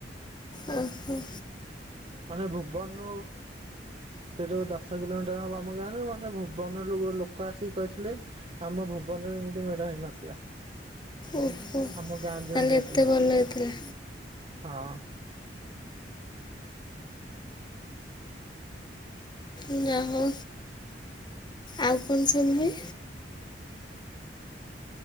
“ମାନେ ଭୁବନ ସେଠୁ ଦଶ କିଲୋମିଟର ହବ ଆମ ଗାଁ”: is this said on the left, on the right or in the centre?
Right